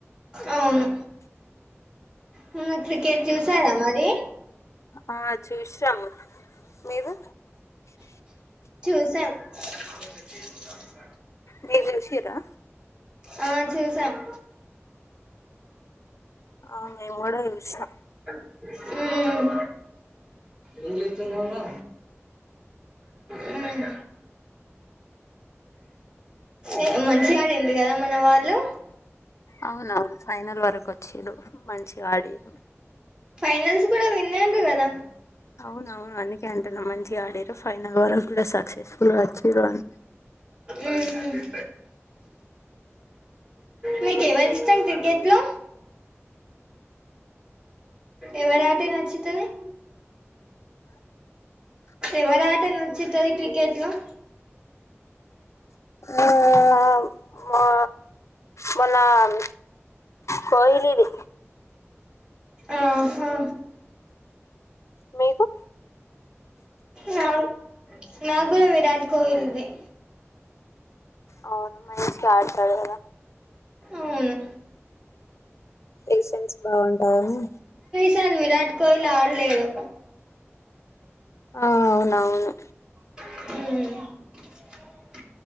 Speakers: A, on the right; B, on the left.
A: అవును మొన్న క్రికెట్ చూసారా మది?
B: ఆ చూసాము మీరు
A: చూసామ్ సినిమా చూసి
B: మీరు చూసిరా
A: ఆ చూసామ్
B: ఆమ్ మేమ్ కూడా చూసినం
A: ఉమ్ ఏం జెత్తున్నావు రా? మ్ ఎ మంచిగాడింది కదా మన వాళ్ళు
B: అవున ఫైనల్ వరకు వచ్చేడు మంచిగా ఆడిరు.
A: ఫైనల్స్ కూడా విన్అయిన్రు కదా.
B: అవున అవును అందుకె అంటున్నా మంచిగా ఆడిరు. ఫైనల్ వర కూడా స చెస్ కూడా వచ్చిరు రన్
A: ఉమ్ మీకెవరు ఇష్టం క్రికెట్ లో? ఎవరా ఆటే నచ్చితది ఎవరా ఆటే నచ్చి తది క్రికెట్ గ
B: ఆమ్ మా మొన్నం కోయిలిది
A: ఆహా
B: మీకు
A: నాక్ నాకుడ విరాట్ కోహల్ది ఎ
B: అవును మా అక్క ఆడతాది గదా
A: అవును
B: పేషెంస్ బాగుంటాయిని
A: చల్ విరాట్ కోహ్లీ ఆడలేదు
B: ఆ అవునవును
A: మ్